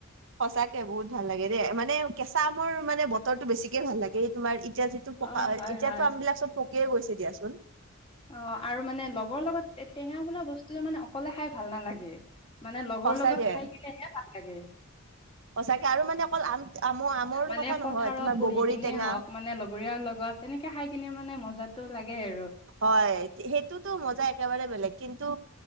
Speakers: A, on the right (about 60°); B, on the left (about 25°).
A: সঁচাকে বহুত ভাল লাগে দেই মানে কেঁচা আমৰ মানে বতৰটো বেছিকে ভাল লাগে। এই তোমাৰ এতিয়া যি- টো পকা
B: অ হয়
A: এতিয়াতো
B: হয়
A: আম বিলাক চব পকিয়ে গৈছে দিয়াচোন।
B: অঁ আৰু মানে লগৰ লগত টেঙা বোলা বস্তুটো মানে অকলে খাই ভাল নালাগে। মানে লগৰ
A: সঁচাকে
B: লগত খাই কিনেহে ভাল লাগে।
A: সঁচাকে আৰু মানে অকল আম- আম আমৰ
B: মানে
A: কথা নহয়
B: পথাৰত
A: তোমাৰ
B: বহি
A: বগৰী
B: কিনে
A: টেঙা
B: হওঁক মানে লগৰীয়াৰ লগত- তেনেকে খাই কিনে মানে মজাটো লাগে আৰু।
A: হয়, সেইটোতো মজা একেবাৰে বেলেগ। কিন্তু